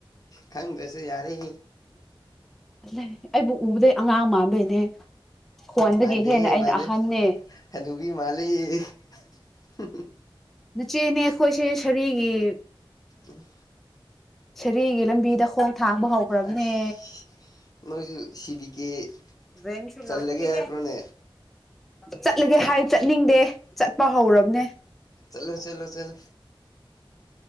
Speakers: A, on the left; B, in the centre.
A: ꯈꯪꯗꯔꯁꯨ ꯌꯥꯔꯦ
B: ꯂꯩ ꯑꯩꯕꯨ ꯎꯕꯗꯩ ꯑꯉꯥꯡ ꯃꯥꯟꯕꯩꯅꯦ ꯈꯣꯟꯗꯒꯤ
A: ꯃꯥꯟꯗꯦꯍꯦ
B: ꯍꯦꯟꯅ ꯑꯩꯅ
A: ꯃꯥꯥꯟꯂꯦ
B: ꯑꯍꯟꯅꯦ
A: ꯍꯅꯨꯕꯤ ꯃꯥꯜꯂꯦ <unintelligible>
B: ꯅꯆꯦꯅꯦ ꯑꯩꯈꯣꯏꯁꯦ ꯁꯔꯤꯒꯤ
A: ꯎꯝ꯫
B: ꯁꯔꯤꯒꯤ ꯂꯝꯕꯤꯗ ꯈꯣꯡ ꯊꯥꯡꯕ ꯍꯧꯈ꯭ꯔꯕꯅꯦ꯫
A: ꯑꯁ ꯅꯣꯏꯁꯨ ꯁꯤ ꯕꯤ ꯀꯦ
B: ꯕꯦꯡꯁꯨ
A: ꯆꯜꯂꯒꯦ
B: ꯂꯥꯛꯇꯦ
A: ꯍꯥꯏꯕ꯭ꯔꯣꯅꯦ
B: ꯍꯦ ꯆꯠꯂꯒꯦ ꯍꯥꯏ ꯆꯠꯅꯤꯡꯗꯦ꯫ ꯆꯠꯄ ꯍꯧꯔꯕꯅꯦ
A: ꯆꯂꯣ ꯆꯂꯣ ꯆꯂꯣ꯫